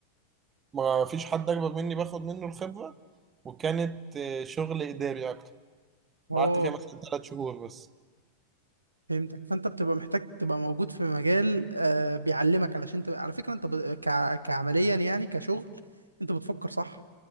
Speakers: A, on the right; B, on the right.
A: ما فيش حد أكبر مني باخد منه الخبرة وكانت آه، شغل إداري أكتر
B: اه
A: قعدت فيها مثلا ثلاث شهور بس
B: فهمتك فانت بتبقى محتاج تبقى موجود في مجال آه بيعلمك علشان تبقى على فكره انت ب... ك... كعمليا يعني كشغل انت بتفكر صح